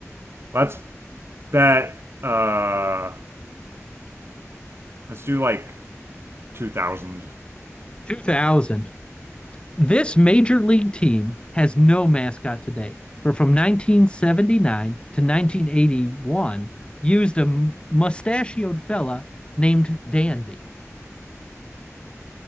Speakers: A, on the right (about 50°); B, on the left (about 20°).
A: Let's bet uh let's do like 2000.
B: two thousand. This major league team has no mascot today, but from 1979 to 1981 used a mustachioed fella named Dandy.